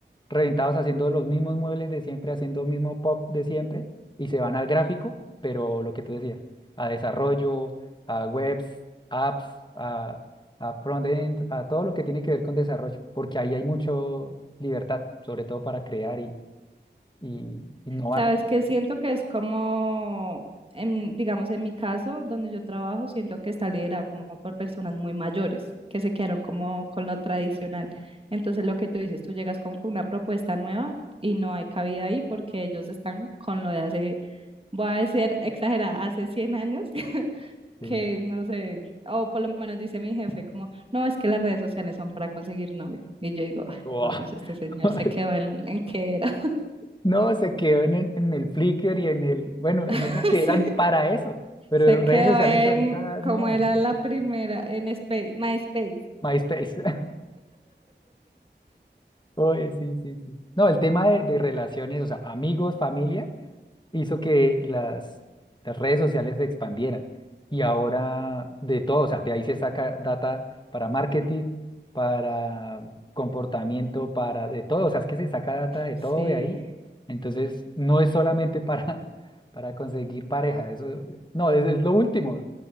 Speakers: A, on the left; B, on the right.
A: reventados haciendo los mismos muebles de siempre, haciendo mismo pop de siempre y se van al gráfico, pero lo que tú decías, a desarrollo, a webs, apps, a, a front-end, a todo lo que tiene que ver con desarrollo, porque ahí hay mucho libertad, sobre todo para crear y, y innovar.
B: Sabes que siento que es como, en, digamos, en mi caso, donde yo trabajo, siento que está liderada como por personas muy mayores, que se quedaron como con lo tradicional. Entonces, lo que tú dices, tú llegas como con una propuesta nueva y no hay cabida ahí porque ellos están con lo de hace, voy a decir exagerada, hace cien años, <laughs>
A: Sí.
B: que no sé, o por lo menos dice mi jefe, como, no, es que las redes sociales son para conseguir novio. Y yo digo, ay,
A: Oh.
B: por Dios, este señor
A: <laughs>
B: se quedó en, en qué era.
A: No, se quedó en el, en el Flickr y en el, bueno, en
B: <laughs>
A: esas que eran
B: Sí.
A: para eso, pero
B: Se
A: redes
B: quedó
A: sociales
B: en,
A: ahorita
B: como
A: no,
B: era
A: o sea,
B: la primera, en Space, MySpace.
A: MySpace. <laughs> Oye, sí, sí, sí. No, el tema de, de relaciones, o sea, amigos, familia, hizo que las, las redes sociales se expandieran. Y ahora de todo, o sea, de ahí se saca data para marketing, para comportamiento, para de todo. O sea, es que se saca data de
B: Sí,
A: todo de ahí. Entonces, no es solamente para, <laughs> para conseguir pareja. Eso, no, es, es lo último. es